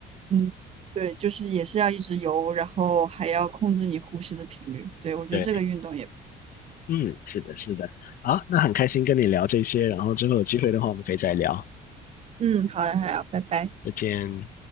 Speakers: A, on the right (about 40°); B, on the left (about 60°).
A: 嗯，对，就是也是要一直游，然后还要控制你呼吸的频率。对，我觉得这个运动也，
B: 对，嗯，是的，是的。好，那很开心跟你聊这些，然后之后有机会的话，我们可以再聊。
A: 嗯，好的，好要，拜拜。
B: 再见。